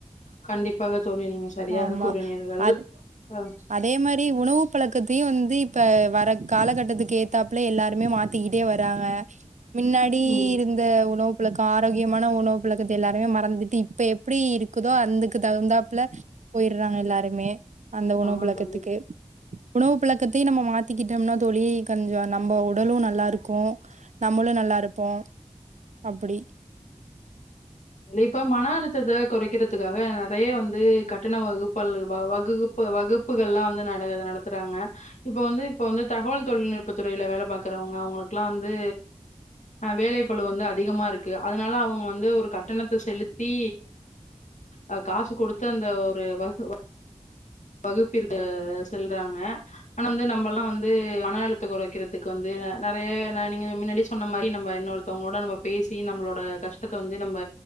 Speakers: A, on the left; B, on the right.
A: கண்டிப்பாக தோழி நீங்க சரியாக
B: ஆமா
A: கூறினீர்கள்
B: அது
A: அ
B: அதே மாரி உணவு பழக்கத்தையு வந்து இப்ப வர காலகட்டத்துக்கு ஏத்தாப்புல எல்லாருமே மாத் திக்கிட்டே வராங்க மின்னாடி
A: ம்
B: இருந் த உணவு பழக்க ஆரோக்கியமான உணவு பழக்கத்த எல்லாருமே மறந்துட்டு இப்ப எப்படி இருக் குதோ அந்தக்கு தகுந்தாப்புல போயிடுறாங்க எல்லாருமே அந்த உணவு
A: ஆமா
B: பழக்கத்துக்கு
A: தோழி
B: உணவு பழக்கத்தையு நம்ம மாத்திக்கிட்டம்னா தோழி கொஞ்சோ நம்ப உடலு நல்லா இருக்கு நம்மளு நல்லா இருப்போ அப்படி
A: இல்ல இப்ப மன அழுத்தத்த கொறைக்கிறதுக்காக நறைய வந்து கட்டண வகுப்பல் வவகுகு ப்பு வகுப்புகள்லா வந்து நட் நடத்துறாங்க இப்ப வந்து இப்ப வந்து தகவல் தொழில்நுட்ப துறையில வேல பாக்குறவுங்க அவுங்களுக்குல்லா வந்து அ வேலை பலு வந்து அதிகமா இருக்கு அதனால அவுங்க வந்து ஒரு கட் கட்டணத்த செலுத்தி அ காசு கொடுத்து அந்த ஒரு வகு வ வகுப்பிற் செல்றாங்க ஆனா வந்து நம்மல்லா வந்து மன அழுத் த கொறைக்கிறதுக்கு வந்து ந ந நிறைய ந நீங்க மின்னாடியே சொன்ன மாரி நம்ம இன்னு ஒருத்தவுங்கோட நம்ம பேசி நம்மளோட கஷ்டத்த வந்து நம்ப